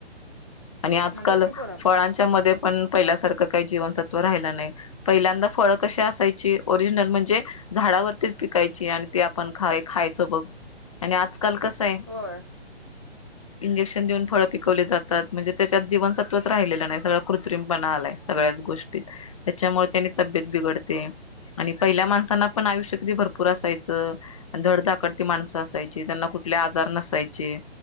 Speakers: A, on the left; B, on the right.
A: आणि आजकाल
B: म्हणतात की पोरं.
A: फळांच्या
B: भाज
A: मध्ये पण पहिल्यासारखं काही जीवनसत्व राहिलं नाही. पहिल्यांदा फळं कशी असायची ओरिजनल म्हणजे, झाडावरतीच पिकायची आणि ते आपण खा खायच बघ आणि आज आजकाल कसं हाय.
B: होय
A: इंजेक्शन देऊन फळ पिकवले जातात. म्हणजे त्याच्यात जीवन सत्वच राहिलेलं नाही सगळ कृत्रिमपणा आलाय सगळ्याच गोष्टीत त्याच्यामुळे त्यांनी पिकवले जातात म्हणजे त्यात सगळा जीवनसत्वच राहिले नाहीत सगळा कृत्रिम पणा आलाय सगळच गोष्टीत त्याच्यामुळे तब्येत बिघडते आणि पहिल्या माणसांना पण आयुष्य कती भरपूर असायचं असायचं धडधाकडती माणसं असायची. त्यांना कुठले आजार नसायचे.